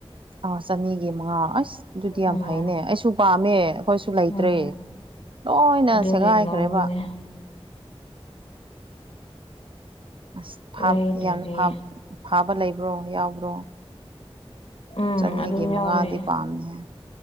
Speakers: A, on the right; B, on the left.
A: ꯑꯥ ꯆꯅꯤꯒꯤ ꯃꯉꯥ ꯑꯁ ꯑꯗꯨꯗꯤ ꯌꯥꯝ
B: ꯎꯝ
A: ꯐꯩꯅꯦ ꯑꯩꯁꯨ ꯄꯥꯝꯃꯦ ꯑꯩꯈꯣꯏꯁꯨ ꯂꯩꯇ꯭ꯔꯦ
B: ꯎꯝ
A: ꯂꯣꯏꯅ
B: ꯑꯗꯨꯒꯤ
A: ꯁꯦꯒꯥꯏꯈ꯭ꯔꯦꯕ
B: ꯂꯧꯕꯅꯦ
A: ꯑꯁ
B: ꯂꯩꯗ꯭ꯔꯗꯤ
A: ꯌꯥꯝꯅ ꯐꯥꯕ ꯂꯩꯕ꯭ꯔꯣ ꯌꯥꯎꯕ꯭ꯔꯣ
B: ꯎꯝ
A: ꯆꯅꯤꯒꯤ
B: ꯑꯗꯨꯝ
A: ꯃꯉꯥꯗꯤ
B: ꯌꯥꯎꯋꯦ
A: ꯄꯥꯝꯃꯤꯍꯦ